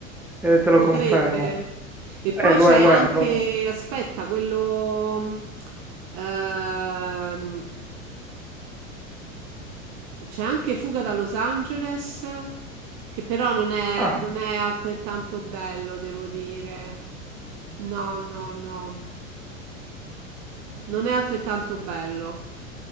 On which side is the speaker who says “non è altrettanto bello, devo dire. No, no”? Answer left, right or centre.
Right